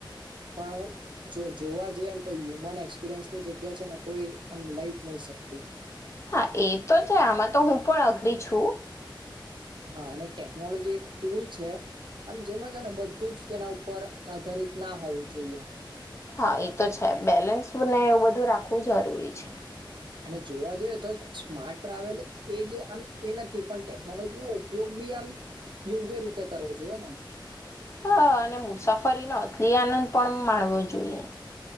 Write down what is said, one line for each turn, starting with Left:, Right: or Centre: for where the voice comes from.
Right: પણ જો જોવા જઈએ ને તો હ્યુમન એક્સપિરિયન્સની જગ્યા છે ને કોઈ એમ લઈ જ નહી શકતું
Left: હા એ તો છે આમાં તો હું પણ અઘરી છું
Right: હા અને ટેકનોલોજી એક ટુલ છે આમ જેમાં છે ને બધું જ તેના ઉપર આધારિત ના હોવું જોઈએ.
Left: હા એ તો છે બેલેન્સ ને એવું બધું રાખવું જરૂરી છે.
Right: અને જોવા જોઈએ તો સ્માર્ટ ટ્રાવેલ એજ આમ એ નથી પણ ટેકનોલોજી નો ઉપયોગ બી આમ યોગ્ય રીતે કરવો જોઈએ ને.
Left: હ અને મુસાફરીનો અટલી આનંદ પણ માણવો જોઈએ.